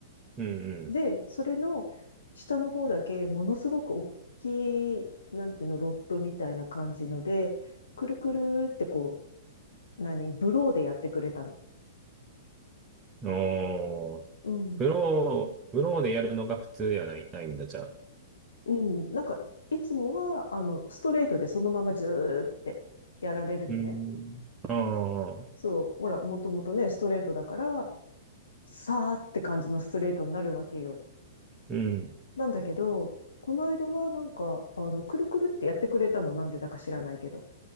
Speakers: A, on the right; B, on the left.
A: うん
B: で、それの下の方だけ、ものすごく大きい、なんていうの、ロットみたいな感じので、くるくるってこう、何ブローでやってくれたの。
A: うん。おー、
B: うん。
A: ブロー、ブローでやるのが普通ではない、ないんだ、じゃあ。
B: うん。なんか、いつもは、あの、ストレートでそのままずーってやられるのね。
A: うん。あー、
B: そう。ほら、もともとね、ストレートだから、さーって感じのストレートになるわけよ。
A: うん。
B: なんだけど、この間はなんか、あの、くるくるってやってくれたの、なんでだか知らないけど。